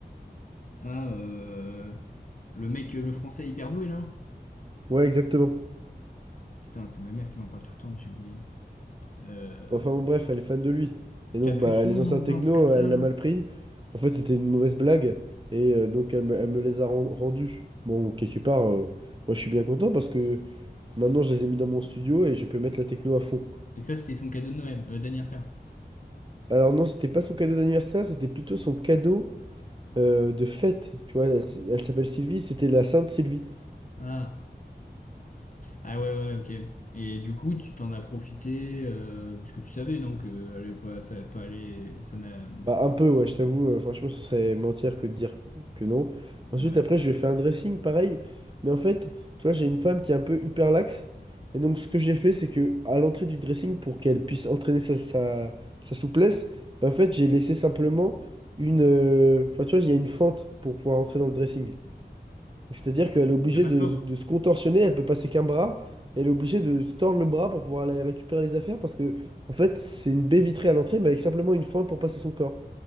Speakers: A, on the left; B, on the right.
A: Ah, euh, le mec, euh, le français hyper doué là?
B: Ouais, exactement.
A: Putain, c'est ma mère qui m'en parle tout le temps, j'ai oublié. Euh,
B: Bon, Enfin, bon, bref, elle est fan de lui. Et donc,
A: Capuçon,
B: bah, les enceintes
A: non, pas
B: techno,
A: un truc comme ça
B: elle
A: là?
B: l'a mal pris. En fait, c'était une mauvaise blague. Et euh, donc, elle me, elle me les a ren- rendues. Bon, quelque part, euh, moi, je suis bien content parce que maintenant, je les ai mis dans mon studio et je peux mettre la techno à fond.
A: Et ça, c'était son cadeau de Noël, euh, d'anniversaire.
B: Alors, non, c'était pas son cadeau d'anniversaire, c'était plutôt son cadeau. euh, de fête, tu vois, elle, s- elle s'appelle Sylvie, c'était la Sainte Sylvie.
A: Ah. Ah ouais, ouais, ouais, ok. Et du coup, tu t'en as profité, euh, parce que tu savais, non, que allait pas, ça allait pas aller, ça n'a.
B: Bah, un peu, ouais, je t'avoue, euh, franchement, ce serait mentir que de dire que non. Ensuite,
A: Ouais.
B: après, je lui ai fait un dressing, pareil, mais en fait, tu vois, j'ai une femme qui est un peu hyper laxe, et donc ce que j'ai fait, c'est que à l'entrée du dressing, pour qu'elle puisse entraîner sa, sa, sa souplesse, bah, en fait, j'ai laissé simplement une... euh, Enfin, tu vois, il y a une fente pour pouvoir entrer dans le dressing. C'est-à-dire qu'elle est obligée
A: Y a pas
B: de,
A: de porte?
B: de se contorsionner, elle peut passer qu'un bras, elle est obligée de se tordre le bras pour pouvoir aller récupérer les affaires parce que, en fait, c'est une baie vitrée à l'entrée, mais avec simplement une fente pour passer son corps.